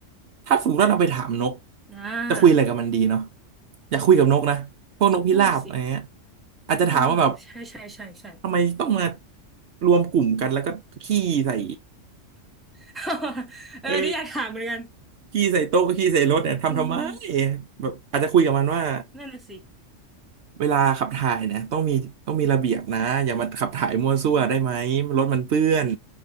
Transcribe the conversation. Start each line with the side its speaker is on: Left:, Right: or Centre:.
Right: ถ้าสมมติว่าเราไปถามนก
Centre: อ่า
Right: จะคุยอะไรกับมันดีเนาะอยากคุยกับนกนะพวกนกพิราบอะไรเงี้ย
Centre: นั่นน่ะสิ
Right: อาจจะถามว่าแบบ
Centre: เออใช่ใช่ใช่ใช่
Right: ทำไมต้องมารวมกลุ่มกันแล้วก็ขี้ใส่
Centre: <laughs> เออนี่อยากถามเหมือนกัน
Right: เออขี้ใส่โต๊ะขี้ใส่รถเนี่ยทำทำไม
Centre: อืม
Right: แบบอาจจะคุยกับมันว่า
Centre: นั่นน่ะสิ
Right: เวลาขับถ่ายเนี่ยต้องมีต้องมีระเบียบนะอย่ามาขับถ่ายมั่วซั่วได้ไหมรถมันเปื้อน
Centre: อืม